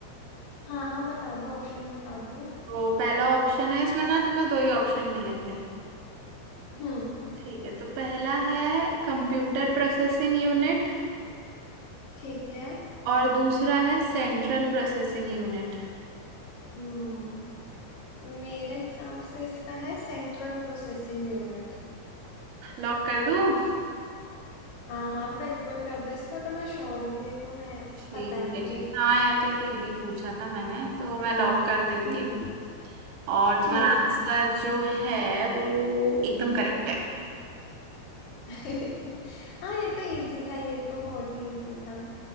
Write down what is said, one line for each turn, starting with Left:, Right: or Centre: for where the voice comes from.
Left: हाँ हाँ बता दो ऑप्शंस बता दो
Right: तो पहला ऑप्शन है इसमें ना तुम्हें दो ही ऑप्शन मिलेंगे
Left: हम्म
Right: ठीक है तो पहला है कंप्यूटर प्रोसेसिंग यूनिट
Left: ठीक है
Right: और दूसरा है सेंट्रल प्रोसेसिंग यूनिट
Left: हम्म मेरे हिसाब से इसका है सेंट्रल प्रोसेसिंग यूनिट
Right: लॉक कर दूं
Left: हाँ हाँ बिल्कुल कर दो इसमें तो मैं श्योर हूँ ये तो मैं
Right: ठीक
Left: पता है मुझे
Right: है ठीक हाँ यार तो ये तो इजी पूछा था मैंने तो मैं लॉक कर देती
Left: हम्म
Right: हूँ और तुम्हारा
Left: ठीक
Right: आंसर
Left: है
Right: जो है वो एकदम करेक्ट है
Left: <laughs> हाँ ये तो इजी था ये तो बहुत ही इजी था